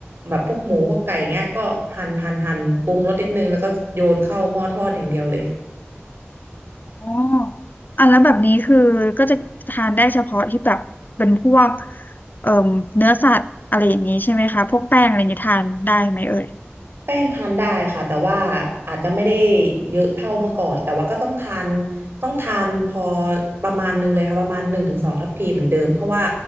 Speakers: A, on the right (about 60°); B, on the left (about 45°).
A: แบบพวกหมูพวกไก่เงี้ยก็หั่นหั่นหั่นปรุงรสนิดนึงแล้วก็โยนเข้าหม้อทอดอย่างเดียวเลย
B: อ๋ออ่ะแล้วแบบนี้คือก็จะทานได้เฉพาะที่แบบเป็นพวกเอ่อเนื้อสัตว์อะไรอย่างนี้ใช่ไหมคะพวกแป้งอะไรอย่างนี้ทานได้ไหมเอ่ย
A: แป้งทานได้ค่ะแต่ว่าอาจจะไม่ได้เยอะเท่าเมื่อก่อนแต่ว่าก็ต้องทานต้องทานพอประมาณหนึ่งเลยค่ะประมาณหนึ่งถึงสองทัพพีเหมือนเดิมเพราะว่า